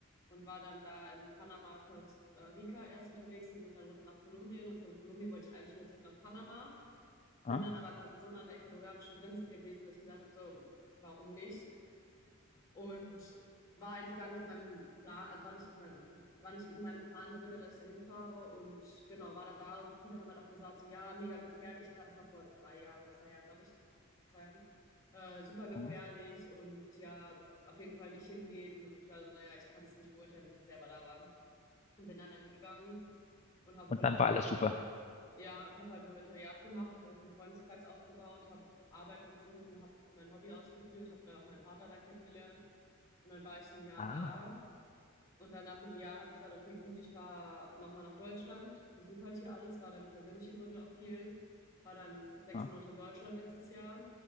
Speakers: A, on the left; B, on the left.
A: und war dann da in Panama, Costa Rica erst unterwegs und bin dann runter nach Kolumbien. Und von Kolumbien wollte ich eigentlich wieder zurück nach Panama,
B: ah,
A: bin dann aber quasi so nah an der ecuadorianischen Grenze gewesen, dass ich gesagt habe, so, warum nicht? Und war eigentlich gar nicht auf meinem Plan, also war nicht auf meinem, war nicht in meinem Plan drin, dass ich da hinfahre. Und genau, war dann da und viele haben halt auch gesagt, so ja, mega gefährlich, gerade das war vor drei Jahren oder zwei Jahren, glaube ich, zwei Jahren. Äh, super gefährlich
B: ah.
A: und ja, auf jeden Fall nicht hingehen. Und ich war so, naja, ich kann es nicht beurteilen, wenn ich nicht selber da war. Und bin dann dahin gegangen und habe
B: und
A: ein Volontariat
B: dann war alles super.
A: gemacht. Ja, ich habe halt ein Volontariat gemacht, habe direkt einen Freundeskreis aufgebaut, habe Arbeit gefunden, habe mein Hobby ausgeführt, habe dann auch meinen Partner da kennengelernt. Und dann war ich ein Jahr
B: Ah,
A: da. Und dann nach einem Jahr habe ich gesagt, okay, gut, ich fahre nochmal nach Deutschland, besuche halt hier alles, war dann persönliche Gründe auch viel, war dann sechs
B: ah.
A: Monate in Deutschland letztes Jahr.